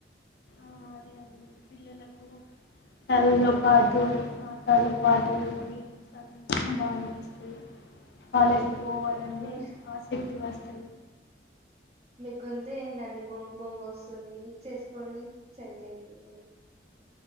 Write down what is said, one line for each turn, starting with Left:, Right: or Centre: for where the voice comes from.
Left: ఆ అదే అండి పిల్లలు చదువుతో పాటు ఆటలు పాటలు సందనే బాగా అనిపిస్తుంది కాలేజీకి
Right: మీకు
Left: పోవాలన్న
Right: మీ
Left: ఆసక్తి వస్తది
Right: మీ గొంత ఏందండి బొంగు బొంగు వస్తుంది విక్స్ వేసుకోండి సరిగ్గా అయిపోతది